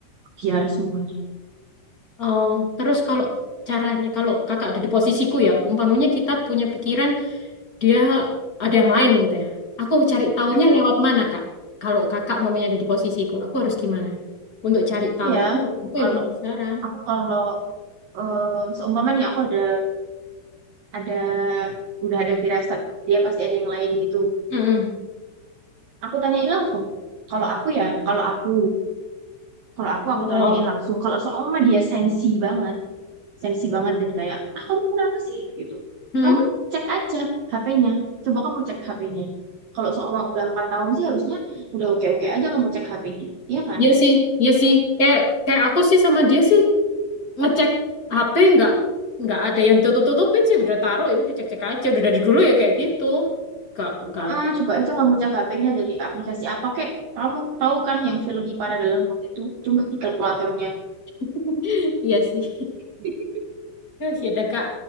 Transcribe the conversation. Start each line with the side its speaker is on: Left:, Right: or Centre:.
Right: biar semuanya.
Left: Oh, terus kalau caranya kalau Kakak ada di posisiku ya, umpamanya kita punya pikiran dia ada yang lain gitu ya. Aku cari taunya
Right: Mm-mm.
Left: lewat mana Kak? Kalau Kakak umpamanya ada di posisiku, aku harus gimana? Untuk cari
Right: Aku
Left: tahu.
Right: ya,
Left: Aku aku
Right: kalau
Left: penasaran.
Right: aku kalau eh seumpamanya aku ada ada udah ada firasat dia pasti ada yang lain gitu.
Left: Mm-mm.
Right: aku tanyain langsung. Kalau aku ya, kalau aku, kalau aku
Left: Oh.
Right: aku tanyain langsung. Kalau seumpama dia sensi banget, sensi banget dan kayak, ah kamu kenapa sih gitu.
Left: Hmm.
Right: Kamu cek aja HP-nya. Coba kamu cek HP-nya. Kalau seumpama udah 4 tahun sih harusnya udah oke-oke aja kamu cek HP-nya. Iya kan?
Left: Iya sih, iya sih. Kayak kayak aku sih sama dia sih ngecek HP nggak nggak ada yang tutup-tutupin sih. Udah taruh ya, udah cek-cek aja. Udah dari dulu ya kayak gitu. Nggak nggak ada.
Right: Ah, coba aja kamu cek HP-nya dari aplikasi apa kek. Kamu tahu kan yang film Ipara dalam waktu itu cuma di kalkulatornya.
Left: <laughs> Iya sih.
Right: <laughs>
Left: Yuh, Ya udah Kak.